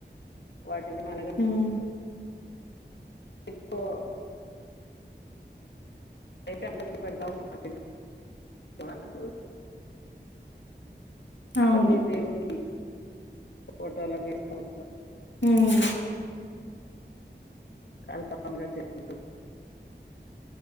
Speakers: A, on the left (about 70°); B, on the left (about 90°).
A: వాటినీ మాల కట్టి
B: ఉమ్
A: ఇప్ప <unintelligible> అయితే అందరికి పెడతావ పక్క ఇంటి వాళ్ళకు
B: అవును
A: మళ్ళీ దేవునికి ఫోటో లకు వేస్తా ఉంటాం
B: హ్మ్
A: కనకాంబరాలు చెట్లు